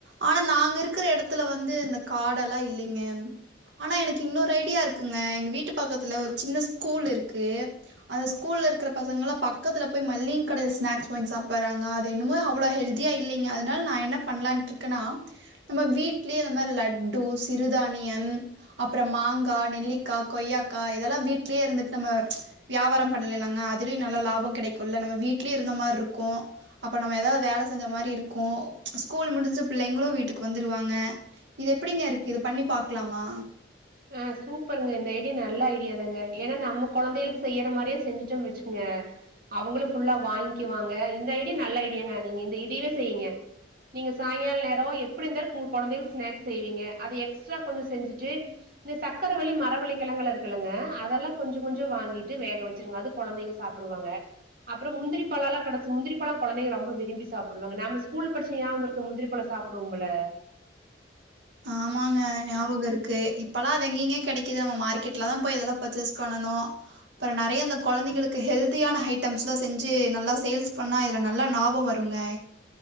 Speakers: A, on the right (about 75°); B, on the right (about 50°).
A: ஆனா நாங்க இருக்கற எடத்துல வந்து இந்த காடெல்லா இல்லீங்க ஆனா எனக்கு இன்னோரு ஐடியா இருக்குங்க எங்க வீட்டு பக்கத்துல ஒரு சின்ன ஸ்கூல் இருக்கு அந்த ஸ்கூல்ல இருக்கற பசங்கலா பக்கத்துல போய் மல்லிங்கடைல ஸ்நாக்ஸ் வாங்கி சாப்பறாங்க அது என்னமோ அவ்ளோ ஹெல்தியா இல்லீங்க அதுனால் நா என்ன பண்ணலான்ட்டு இருக்கேன்னா நம்ம வீட்லயே இந்த மாரி லட்டு சிறுதானியம் அப்பறோ மாங்கா நெல்லிக்கா கொய்யாக்கா இதெல்லா வீட்லயே இருந்துட் நம்ம வியாபாரோ பண்லிலாங்க அதுலயு நல்ல லாபோ கெடைக் குள்ள நம்ம வீட்லயு இருந்த மார்ருக்கு அப்ப நம்ம எதாது வேல செஞ்ச மாரி இருக்கு ஸ்கூல் முடிஞ்சு பிள்ளைங்களு வீட்டுக்கு வந்துருவாங்க இது எப்படிங்க இருக்கு இது பண்ணி பாக்லாமா
B: ஆஹ் சூப்பர்ங்க இந்த ஐடியா நல்ல ஐடியா தாங்க ஏனா நம்ம கொழந்தைகளுக் செய்யற மாரியே செஞ்சுட்டம் வச்சுக்ங்க அவங்களு ஃபுல்லா வாங்க்கிவாங்க இந்த ஐடியா நல்ல ஐடியாங்க நீங்க இந்த இதைவே செய்ங்க நீங்க சாய்ங்கால நேரோ எப்பிடி இருந்தாலு உங்க கொழந்தைகளுக்கு ஸ்நாக்ஸ் செய்வீங்க அது எக்ஸ்ட்ரா கொஞ்ச செஞ்சுட்டு இந்த சக்கரவள்ளி மரவள்ளி கெழங்கல்லா இருக்குல்லுங்க அதெல்லா கொஞ்சோ கொஞ்சோ வாங்கிட்டு வேக வச்சிருங்க அது கொழந்தைங்க சாப்டுவாங்க அப்பறோ முந்திரி பழோல்லா கெடைச்சு முந்திரிப்பழோ கொழந்தைங்க ரொம்ப விரும்பி சாப்டுவாங்க நாம ஸ்கூல் படிச்சு ஞாம் இருக்கா முந்திரிப்பழோ சாப்புடுவோம்ல்ல
A: ஆமாங்க ஞாபகோ இருக்கு இப்பல்லா அது எங்கீங்க கெடைக் கி இது நம்ம மார்க்கெட்ல தா போய் இதெல்லா பர்ச்சேஸ் பண்ணனு அப்றோ நறைய இந்த கொழந்தைங்களுக்கு ஹெல்தியான ஹைட்டம்ஸ்லா செஞ்சு நல்லா சேல்ஸ் பண்ணா இதுல நல்லா லாபோ வருங்க